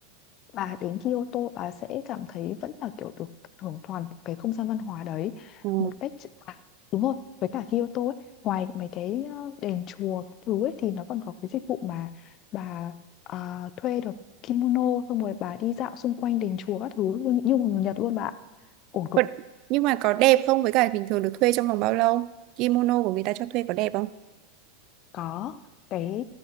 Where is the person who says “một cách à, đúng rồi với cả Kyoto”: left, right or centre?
Left